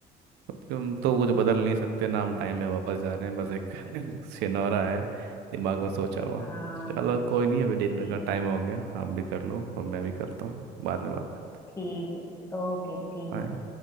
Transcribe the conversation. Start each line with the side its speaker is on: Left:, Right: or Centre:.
Right: अब तो हम तो कुछ बदल नहीं सकते ना हम टाइम में वापस जा रहे हैं बस एक <laughs> सिनोरा है दिमाग में सोचा
Left: हाँ
Right: हुआ चलो कोई नहीं अभी
Left: ठीक
Right: डिनर का टाइम हो गया आप भी कर लो और मैं भी करता हूँ बाद में बात
Left: ठीक है ओके ठीक
Right: करते
Left: है
Right: हैं